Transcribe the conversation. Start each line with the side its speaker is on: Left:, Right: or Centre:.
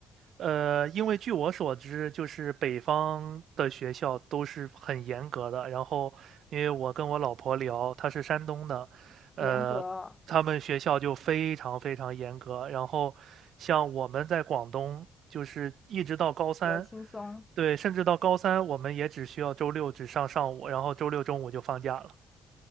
Right: 呃，因为据我所知，就是北方的学校都是很严格的。然后，因为我跟我老婆聊，她是山东的，呃，
Left: 严格
Right: 他们学校就非常非常严格。然后，像我们在广东，就是一直到高三，
Left: 比较轻松。
Right: 对，甚至到高三，我们也只需要周六只上上午，然后周六中午就放假了。